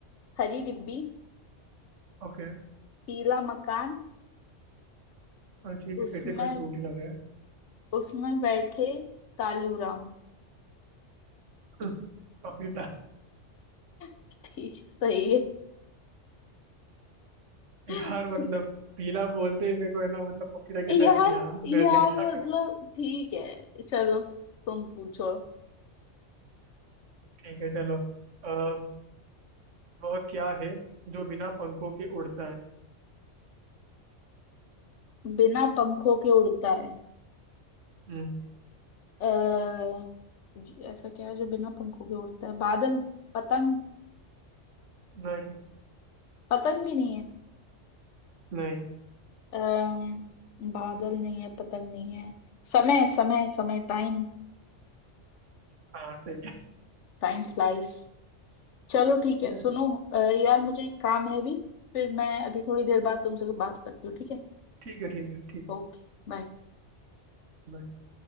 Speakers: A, on the left; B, on the right.
A: हरी डिब्बी
B: ओके
A: पीला मकान
B: हाँ ठीक है
A: उसमें
B: फिर से कोई फ्रूट ही लगा है
A: उसमें बैठे कालू राम
B: <laughs> पपीता
A: <laughs> ठीक सही है स-
B: यार मतलब पीला बोलते ही मेरे को है ना मतलब पपीता
A: यार
B: के साथ गया मेरा
A: यार
B: दिमाग
A: मतलब ठीक है चलो तुम पूछो
B: ठीक है चलो आ, वह क्या है जो बिना पंखों के उड़ता है
A: बिना पंखों के उड़ता है
B: हम्म,
A: अः ऐसा क्या है जो बिना पंखों के उड़ता है बादल पतंग
B: नहीं
A: पतंग भी नहीं है
B: नहीं
A: अः बादल नहीं है पतंग नहीं है समय समय समय टाइम
B: हाँ सही है
A: Time flies चलो ठीक है
B: यस
A: सुनो अ, यार मुझे एक काम है अभी फिर मैं अभी थोड़ी देर बाद तुमसे बात करती हूँ ठीक है
B: ठीक है ठीक है ठीक है
A: ओके बाय
B: Bye.